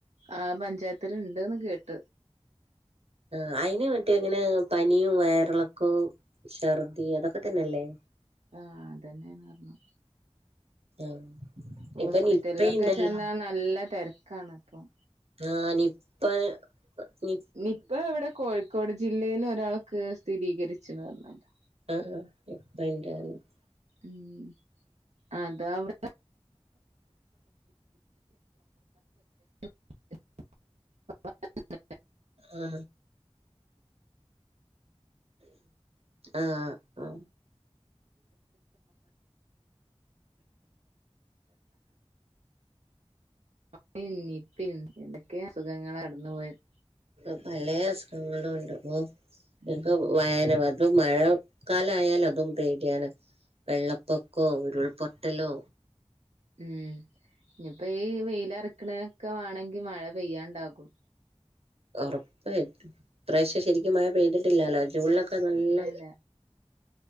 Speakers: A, on the right; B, on the right.
A: ആ പഞ്ചായത്തില് ഇണ്ട്ന്ന് കേട്ട്
B: ആ അയിന് മറ്റേ എങ്ങനെ പനിയും വയറിളക്കവും ഛർദി അതൊക്കെ തന്നെയല്ലേ
A: ആ അതന്നെയാന്ന് പറഞ്ഞു
B: ആ
A: ഹോസ്പിറ്റലിലൊക്കെ
B: ഇപ്പൊ നിപ്പയുണ്ടല്ലോ
A: ചെന്നാ നല്ല തെരക്കാണ് ഇപ്പോം
B: ആ നിപ്പ നി
A: നിപ്പ ഇവിടെ കോഴിക്കോട് ജില്ലയിന്ന് ഒരാൾക്ക് സ്ഥിരീകരിച്ചൂന്ന് പറഞ്ഞല്ലോ
B: ആ എപ്പന്റാലി <unintelligible>
A: ഉം അതാ അവി <inaudible> <inaudible> <inaudible>
B: ആ ആ ആ
A: കൊറോണയും നിപ്പയും എന്തൊക്കെയാ അസുഖങ്ങളാ കടന്നു പോയത്
B: ഇപ്പ പലയാ അസുഖം എല്ലടം ഒണ്ട് ഓ എനിക്ക്
A: ഉം
B: വയന അത് മഴ കാലായാലോ <unintelligible> അതും പേടിയാണ് വെള്ളപ്പൊക്കോ ഉരുൾപൊട്ടലോ
A: ഉം ഇനിപ്പോ ഈ വെയിലെറക്കണേനൊക്കെ വേണോങ്കി മഴ പെയ്യാണ്ടാക്കും
B: ഒറപ്പായിട്ടും ഇപ്രാവശ്യം ശരിക്കും മഴ പെയ്തിട്ടില്ലാലോ ജൂണിലൊക്കെ നല്ല
A: ഇല്ലല്ല